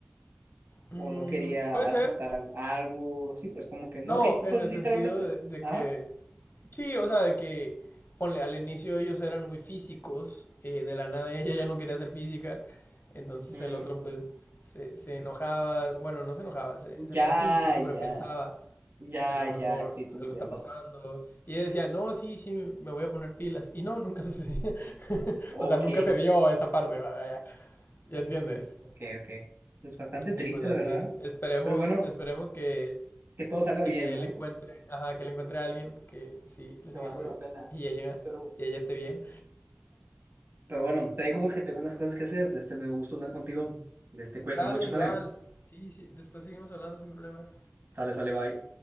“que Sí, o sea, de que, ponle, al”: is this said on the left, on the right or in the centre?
Left